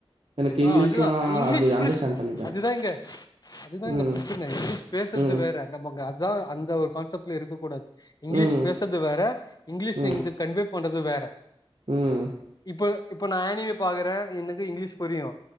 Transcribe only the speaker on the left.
அ
அதுதா இங்கிலீஷ்
பிரிஷ்
அதுதா இங்க அதுதா இங்க
பிரச்சன்ன இங்கிலீஷ் பேசது
வேற நமக்கு அதுதா அந்த ஒரு கான்செப்ட்ல இருக்க கூடாது இங்கிலீஷ்
பேசது வேற இங்கிலீஷ்
இங்க கன்வே பண்றது வேற
இப்போ இப்போ நா ஆனிய பாக்குறேன் எனக்கு இங்கிலீஷ் புரியும்